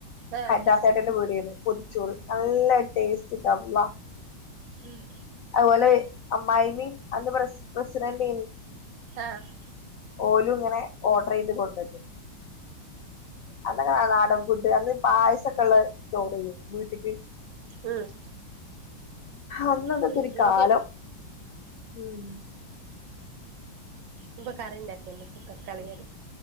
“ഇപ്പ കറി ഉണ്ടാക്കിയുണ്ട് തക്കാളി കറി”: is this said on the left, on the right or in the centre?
Right